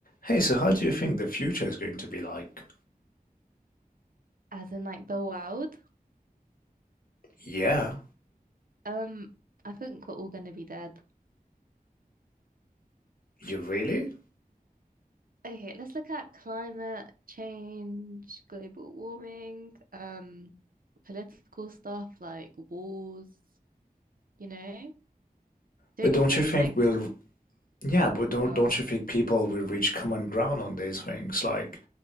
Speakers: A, on the left; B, on the right.
A: Hey, so how do you think the future is going to be like?
B: as in like the world.
A: Yeah,
B: Um, I think we're all gonna be dead.
A: you really?
B: Okay, let's look at climate change, global warming, um, political stuff like wars, you know? Don't
A: But don't
B: you think
A: you think
B: like
A: we'll, yeah, but don't
B: go on.
A: don't you think people will reach common ground on these things? Like,